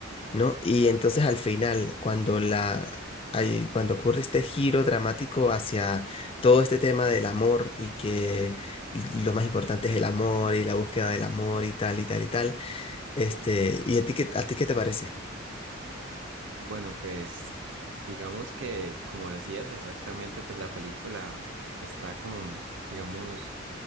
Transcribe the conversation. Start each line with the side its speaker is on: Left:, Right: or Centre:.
Left: ¿no? Y entonces al final, cuando la... hay- cuando ocurre este giro dramático hacia todo este tema del amor y que lo más importante es el amor y la búsqueda del amor y tal y tal y tal, este, ¿y a ti qué, a ti qué te parece?
Right: Bueno, pues digamos que, como decías, exactamente, pues la película está como, digamos,